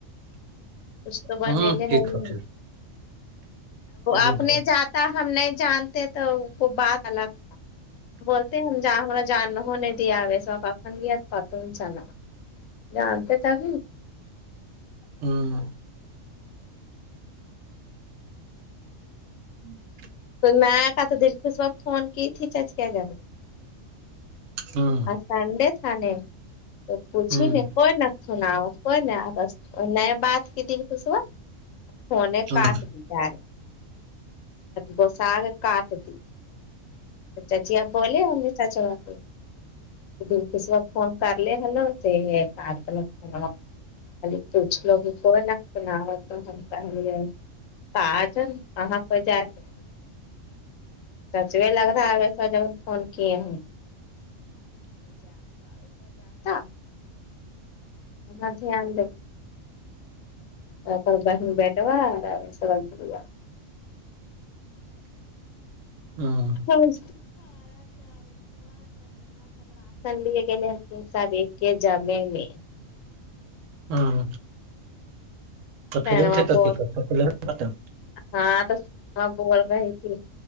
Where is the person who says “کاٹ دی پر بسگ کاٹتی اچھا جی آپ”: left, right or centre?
Left